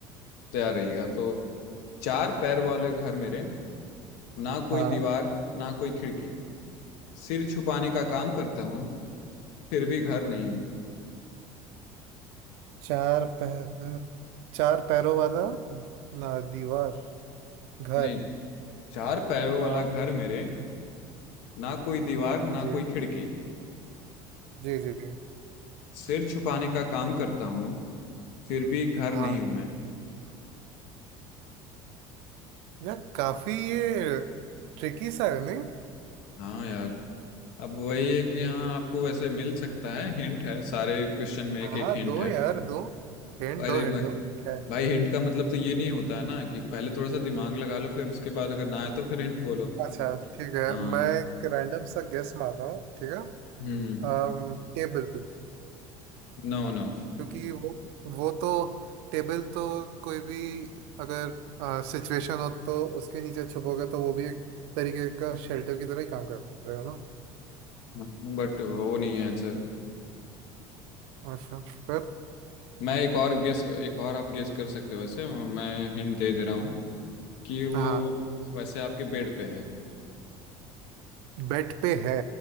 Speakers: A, on the left; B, on the right.
A: तैयार रहिएगा तो चार पैर वाले घर मेरे ना कोई
B: हाँ
A: दीवार ना कोई खिड़की सिर छुपाने का काम करता हूँ फिर भी घर नहीं हूँ
B: चार पैर चार पैरों वाला ना दीवार घर
A: नहीं चार पैरों वाला
B: आम
A: घर मेरे ना कोई दीवार ना
B: जी
A: कोई खिड़की
B: जी जी जी
A: सिर छुपाने का काम करता हूँ फिर भी घर
B: हाँ
A: नहीं हूँ मैं
B: यार काफी ये ट्रिकी सा है नहीं
A: हाँ यार अब वही है कि हाँ आपको वैसे मिल सकता है हिंट है सारे क्वेश्चन
B: <laughs>
A: में
B: हाँ
A: एक एक हिंट
B: दो
A: है
B: यार दो हिंट
A: अरे
B: दो हिंट
A: भाई
B: दो क्या है
A: भाई हिंट का मतलब तो ये नहीं होता है ना कि पहले थोड़ा सा दिमाग लगा लो फिर उसके बाद अगर ना आए तो फिर हिंट बोलो
B: अच्छा ठीक है
A: हाँ
B: मैं एक रैंडम सा गेस मार रहा हूँ ठीक है
A: हम्म
B: अम, टेबल
A: नो नो
B: क्योंकि वो वो तो टेबल तो कोई भी अगर सिचुएशन हो तो उसके नीचे छुपोगे तो वो भी एक तरीके का शेल्टर की तरह ही काम करेगा ना
A: हाँ, बट वो नहीं है आंसर
B: अच्छा पर
A: मैं एक और गेस एक और आप गेस कर सकते हो वैसे और मैं हिंट दे दे रहा हूँ कि वो
B: हाँ
A: वैसे आपके बेड पे है
B: बेड पे है